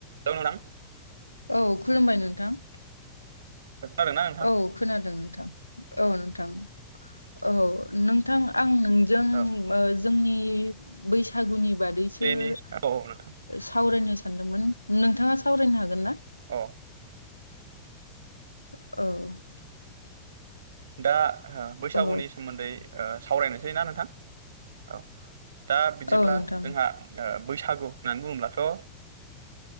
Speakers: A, on the right (about 65°); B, on the left (about 85°).
A: हेल' नोंथां।
B: औ खुलुमबाय नोंथां।
A: खोनादोंना नोंथां।
B: औ खोनादों नोंथां औ नोंथां औ नोंथां आं नोंजों
A: औ
B: ओ जोंनि बैसागुनि बादैसो
A: बेनि
B: ओ
A: औ औ नोंथां
B: सावरायनो सानदोंमोन नोंथाङा सावरायनो हागोन ना।
A: अ
B: औ
A: दा बैसागुनि
B: औ
A: सोमोन्दै ओ सावरायनोसै ना नोंथां औ। दा बिदिब्ला
B: औ नोंथां
A: जोंहा बैसागु होननानै बुङोब्लाथ'